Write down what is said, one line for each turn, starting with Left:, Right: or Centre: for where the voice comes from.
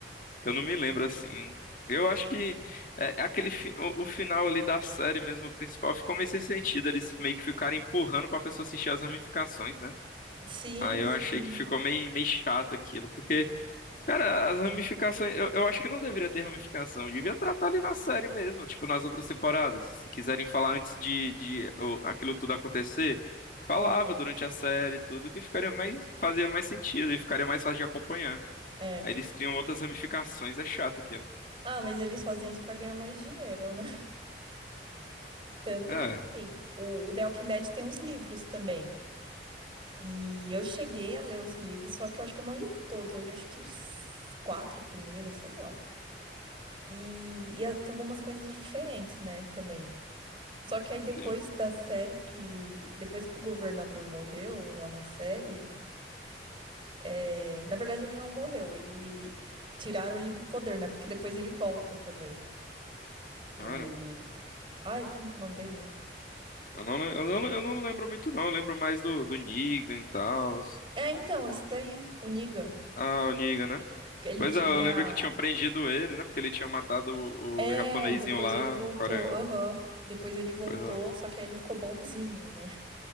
Left: que eu não me lembro assim. Eu acho que é, é aquele fi- o, o final ali da série mesmo, o principal, ficou meio sem sentido. Eles meio que ficaram empurrando pra pessoa assistir as ramificações, né?
Right: Sim,
Left: Aí
Right: sim.
Left: eu achei que ficou meio, meio chato aquilo. Porque Cara, as ramificações. Eu, eu acho que não deveria ter ramificação. Devia tratar ali na série mesmo, tipo nas outras temporadas. Se quiserem falar antes de, de o- aquilo tudo acontecer, falava
Right: Aham.
Left: durante a série e tudo, que ficaria mais, fazia mais sentido e ficaria mais fácil de acompanhar.
Right: É.
Left: Aí eles criam outras ramificações, é chato aquilo.
Right: Ah, mas eles fazem isso pra ganhar mais dinheiro, né? Tanto
Left: É,
Right: que, assim, o, o The Walking Dead tem uns livros também. E eu cheguei a ler os livros, só que eu acho que eu não li todos. Eu li acho que os quatro primeiros, sei lá. E, e eu- tem algumas coisas diferentes, né, também. Só que aí depois
Left: sim.
Right: da série que... Depois que o governador morreu lá na série... é, Na verdade, ele não morreu. Ele... Tiraram ele do poder, né? Porque depois ele volta também. O...
Left: Caramba.
Right: Ai, como que é o nome dele?
Left: Eu não, le- eu não, eu não lembro muito, não. Eu lembro mais do, do Negan e tal.
Right: É, então, esse daí, o Negan.
Left: Ah, o Negan, né?
Right: Que Ele
Left: Pois
Right: tinha...
Left: é, eu lembro que tinham prendido ele, né? Porque ele tinha matado o,
Right: É,
Left: o japonesinho
Right: e depois
Left: lá,
Right: ele voltou.
Left: o coreano.
Right: Aham. Depois ele voltou,
Left: Pois é.
Right: só que aí ele ficou bonzinho, né?